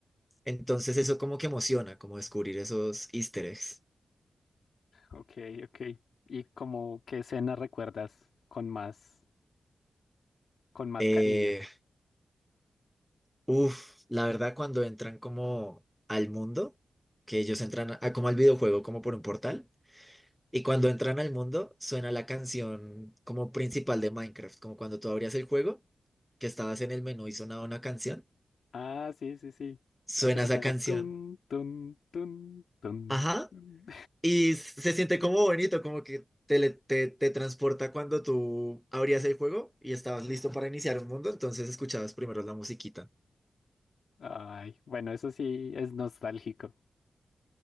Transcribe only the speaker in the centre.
Entonces eso como que emociona, como descubrir esos easter eggs.
Eh,
uf, la verdad cuando entran como al mundo, que ellos entran a- como al videojuego, como por un portal, y cuando entran al mundo suena la canción como principal de Minecraft, como cuando tú abrías el juego, que estabas en el menú y sonaba una canción,
suena
esa
canción.
Ajá.
Y se siente como bonito, como que te, le- te, te transporta cuando tú abrías el juego y estabas listo para iniciar un mundo, entonces escuchabas primero la musiquita.